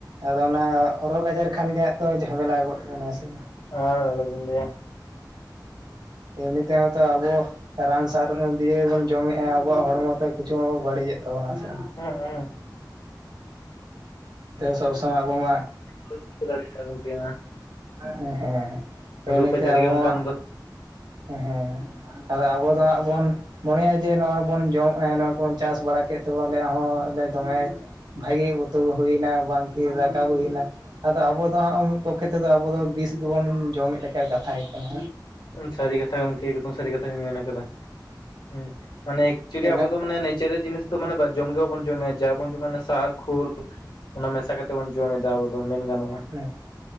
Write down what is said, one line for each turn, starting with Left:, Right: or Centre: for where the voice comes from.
Right: ᱟᱫᱚ ᱚᱱᱟ ᱨᱳᱜᱽ ᱟᱡᱟᱨ ᱠᱷᱟᱱ ᱜᱮ ᱦᱟᱸᱜ ᱛᱚ ᱡᱷᱟᱢᱮᱞᱟ ᱜᱚᱫ ᱵᱚᱱᱟ ᱥᱮ᱾
Left: ᱟᱨ ᱟᱞᱚ ᱵᱤᱱ ᱞᱟᱹᱭ ᱟ᱾
Right: ᱮᱢᱱᱤ ᱛᱮ ᱦᱚᱛᱚ ᱟᱵᱚ ᱨᱟᱱ ᱥᱟᱨ ᱫᱤᱭᱮ ᱵᱚᱱ ᱡᱚᱢᱮᱫ-ᱟ᱾ ᱟᱵᱚᱣᱟᱜ ᱦᱚᱲᱢᱚ ᱛᱮ ᱠᱤᱪᱷᱩ ᱵᱟᱹᱲᱤᱡᱮᱫ ᱛᱟᱵᱚᱱᱟ ᱥᱮ
Left: ᱦᱩᱩᱸᱸ
Right: ᱥᱚᱵ ᱥᱚᱢᱚᱭ ᱟᱵᱚ ᱢᱟ
Left: ᱵᱟᱹᱧ ᱪᱤᱠᱟᱹ ᱫᱟᱲᱮᱭᱟᱜᱼᱟ ᱜᱚᱝᱠᱮ ᱚᱱᱟ
Right: ᱦᱮᱸᱦᱮᱸ ᱮᱢᱱᱤᱛᱮ
Left: ᱨᱳᱜᱽ ᱟᱡᱟᱨ
Right: ᱟᱵᱚ
Left: ᱜᱮ ᱚᱱᱠᱟᱱ
Right: ᱢᱟ
Left: ᱫᱚ
Right: ᱦᱮᱸ ᱟᱵᱚ ᱫᱚ ᱦᱟᱸᱜ ᱵᱚᱱ ᱢᱚᱱᱮᱭᱟ ᱡᱮ ᱱᱚᱜ-ᱚᱭ ᱵᱚᱱ, ᱡᱚᱢ ᱱᱚᱜᱚᱭ ᱠᱚᱵᱚᱱ ᱪᱟᱥ ᱵᱟᱲᱟ ᱠᱮᱫ ᱛᱮᱵᱚᱱ ᱟᱞᱮ ᱦᱚᱸ ᱟᱞᱮ ᱫᱚᱢᱮ ᱵᱷᱟᱜᱤ ᱩᱛᱩ ᱦᱩᱭᱱᱟᱵᱱᱟ ᱵᱟᱝᱠᱤ ᱫᱟᱠᱟ ᱦᱩᱭᱱᱟ ᱟᱫᱚ ᱟᱵᱚ ᱫᱟᱸᱜ ᱢᱤᱫ ᱯᱚᱠᱠᱷᱮ ᱛᱮᱫᱚ ᱟᱵᱚ ᱫᱚ ᱵᱤᱥ, ᱜᱮᱵᱚᱱ ᱡᱚᱢᱮᱫ ᱞᱮᱠᱟ ᱠᱟᱛᱷᱟᱭ ᱠᱟᱱᱟ
Left: ᱥᱟᱹᱨᱤ ᱠᱟᱛᱷᱟ ᱜᱮ ᱜᱚᱝᱠᱮ ᱮᱠᱫᱚᱢ ᱥᱟᱹᱨᱤ ᱠᱟᱛᱷᱟ ᱜᱮᱧ ᱢᱮᱱ ᱠᱟᱫᱟ ᱦᱩᱸ ᱢᱟᱱᱮ ᱮᱠᱪᱩᱭᱮᱞᱤ
Right: ᱤᱱᱟᱹᱜ
Left: ᱟᱵᱚ ᱫᱚ ᱢᱟᱱ ᱱᱮᱪᱟᱨ ᱡᱤᱱᱤᱥ ᱢᱟᱱᱮ ᱡᱚᱢ ᱜᱮ ᱵᱟᱵᱚᱱ ᱡᱚᱢᱟ ᱡᱟ ᱵᱚᱱ ᱡᱚᱢᱟ ᱚᱱᱟ ᱥᱟᱨ ᱠᱷᱳᱞ ᱚᱱᱟ ᱢᱮᱥᱟ ᱠᱟᱛᱮ ᱵᱚᱱ ᱡᱚᱢᱮᱫ ᱟᱵᱚ ᱫᱚ ᱢᱮᱱ ᱜᱟᱱᱚᱜᱼᱟ᱾
Right: ᱦᱮᱸ